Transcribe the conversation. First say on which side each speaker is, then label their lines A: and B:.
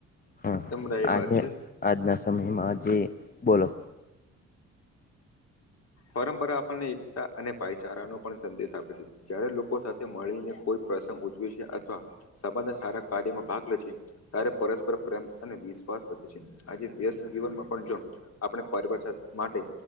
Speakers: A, on the left; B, on the left.
A: હા
B: એકદમ રાઈટ
A: આ
B: વાત છે.
A: આજના સમયમાં જે, બોલો.
B: પરંપરા આપણને એકતા અને ભાઈચારાનો પણ સંદેશ આપે છે જ્યારે લોક લોકો સાથે મળીને કોઈ પ્રસંગ ઉજવે છે અથવા સબાના સારા કાર્યમાં ભાગ લે છે. તારે પરસ્પર પ્રેમ અને વિશ્વાસ વધે છે, આજે વ્યસ્ત જીવનમાં પણ જો આપણે પરવાર માટે